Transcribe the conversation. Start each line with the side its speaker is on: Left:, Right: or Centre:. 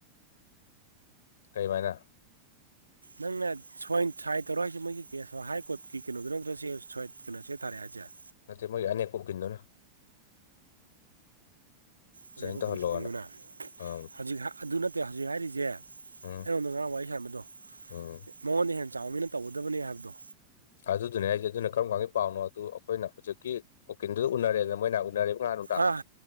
Left: ꯀꯩꯃꯥꯏꯅ
Right: ꯅꯪꯅ ꯁ ꯁꯥꯏ ꯇꯧꯔ ꯍꯥꯏꯁꯦ ꯃꯣꯏꯒꯤ ꯀꯦꯁ ꯍꯥꯏ ꯀꯣꯔꯠꯀꯤ ꯀꯩꯅꯣꯗꯨꯣ ꯅ ꯀꯩꯅꯣ ꯁꯦ ꯊꯥꯔꯛꯦ ꯍꯥꯏꯁꯦ
Left: ꯅꯠꯇꯦ ꯃꯣꯏ ꯌꯥ ꯑꯅꯤ ꯑꯩ ꯀꯣ ꯀꯤꯟꯗꯨꯅ
Right: ꯃ
Left: ꯁꯥꯏꯟ ꯇꯧꯍꯜꯂꯣꯅ
Right: ꯀꯔꯤ ꯆꯟꯗꯨꯅ
Left: ꯑꯪ
Right: ꯍꯧꯖꯤꯛ ꯑꯗꯨ ꯅꯠꯇꯦ ꯍꯧꯖꯤꯛ ꯍꯥꯏꯔꯤꯁꯦ ꯑꯩꯉꯣꯟꯗ
Left: ꯎꯝ
Right: ꯉꯔꯥꯡ ꯋꯥꯔꯤ ꯍꯦꯟꯕꯗꯣ
Left: ꯎꯝ
Right: ꯃꯉꯣꯟꯗ ꯍꯦꯟꯅ ꯆꯥꯎꯕꯅꯤꯅ ꯇꯧꯒꯗꯕꯅꯤ ꯍꯥꯏꯕꯗꯣ
Left: ꯑꯗꯨꯗꯨꯅꯦ ꯍꯥꯏꯁꯦ ꯑꯗꯨꯅ ꯀꯔꯝ ꯀꯥꯟꯒꯤ ꯄꯥꯎꯅꯣ ꯑꯗꯨ ꯑꯩꯈꯣꯏꯅ ꯍꯧꯖꯤꯛꯀꯤ ꯑꯣꯀꯤꯡꯗꯨ ꯎꯅꯔꯦꯗꯅ ꯃꯣꯏꯅ ꯎꯅꯔꯦ ꯉꯥꯅꯨꯗ
Right: ꯑꯥ